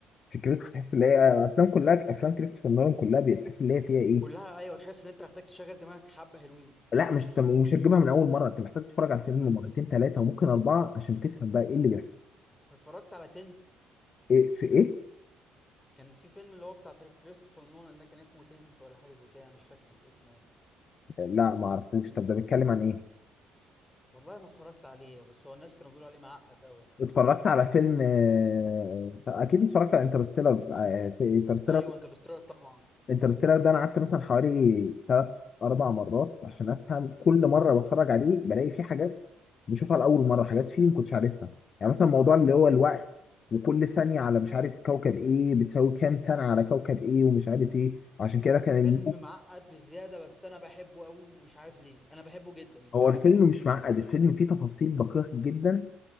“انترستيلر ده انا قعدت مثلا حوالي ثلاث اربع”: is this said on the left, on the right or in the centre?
Left